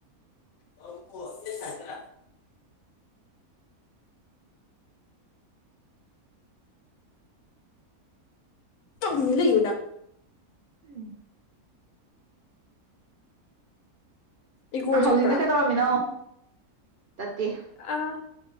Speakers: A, on the left; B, on the right.
A: ꯑ ꯑꯣ ꯑꯦ ꯊꯥꯖ <inaudible> <inaudible> <inaudible> ꯂꯩꯌꯨ ꯅꯪ
B: ꯎ
A: ꯏꯒꯣ
B: ꯍꯧꯖꯤꯛꯅ
A: ꯆꯠꯄ꯭ꯔꯥ
B: ꯀꯩꯗꯧꯔꯝꯃꯤꯅꯣ ꯆꯠꯇꯦ
A: ꯑ